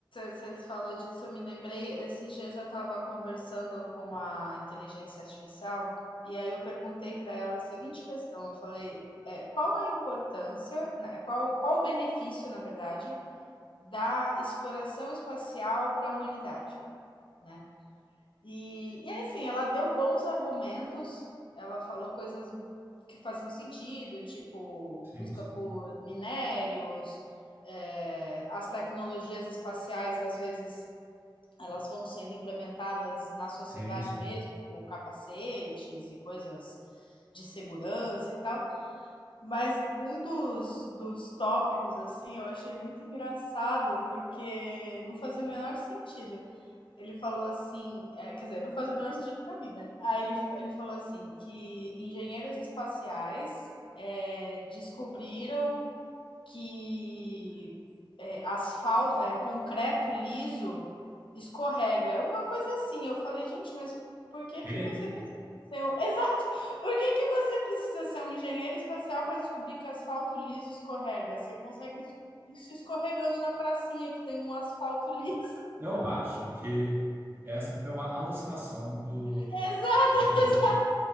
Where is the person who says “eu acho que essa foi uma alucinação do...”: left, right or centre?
Right